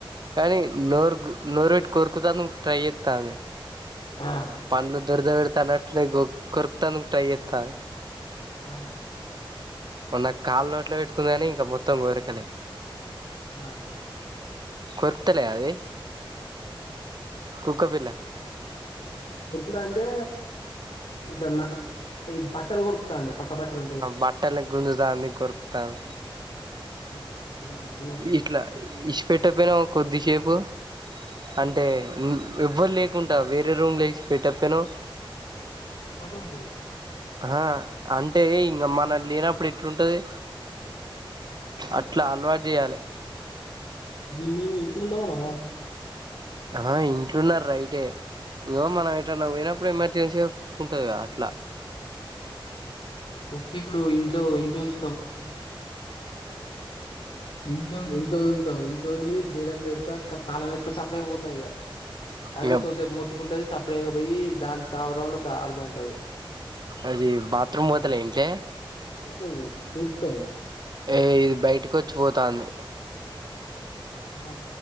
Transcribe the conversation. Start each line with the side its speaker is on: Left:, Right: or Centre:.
Right: కానీ నోరు నోరుటి కోరుకుతను ట్రై చె అ
Left: ఆ
Right: పలు దొర్ ద వ తనట కొర్క్తాను ట్రై అత్త
Left: ఆా
Right: మొన్నకు కాళ్ళ నోట్లో పెట్టుకుంది కానీ ఇంకా మొత్తం కోరకలే
Left: ఆ
Right: కొరుతలే అది కుక్క పిల్ల
Left: ఇప్పుడు కూడా అంటే ఇ నా బట్టలు కొరుకుతాంది పక్క బట్టలు ఉంటాయిగా
Right: బట్టని గుంజుతా అన్ని కొరుకుతాను
Left: ఆ పక్క బట్టలు
Right: ఇట్లా ఇష్టపెట్టకపోయినా కొద్దిసేపు అంటే ఎవ్వరు లేకుడాా వేరే రూమ్ లేచ పెట్టప్పేను
Left: అలో పన్నమంటది
Right: ఆ అంటే ఇంక మన లేనప్పుడు ఎట్లుంటది అట్లా అలవాటు చేయ్యాలి
Left: బిమ్మీ వింట ఉండవరా
Right: ఆ ఇంట్లున్నారు రైటే ఏవో మనం ఎ నువ్ పోనప్పుడు ఎమర్జెన్సీగా కుక్కుంటుది అట్లా
Left: కుకి ఇప్పుడు ఇంట్లో ఇంట్లో ఉంచుతాం ఇంట్ ఇంట్లో వెదులుతా ఇంట్కిదిలి బీడడం పెడా తాళం ఎేస్తా సప్పడే పోతాం ఇక అదే
Right: ఇగ
Left: కొసేపు మొత్తుకుంటది సపరయక పోయి దాని తావడం వల్ల అది బాగుంటది
Right: అది బాత్రూమ్ మోతలే ఏంటలే
Left: కథది తూర్తం
Right: ఏ ఇది బయటకి వచ్చి పోతాంది
Left: ఆ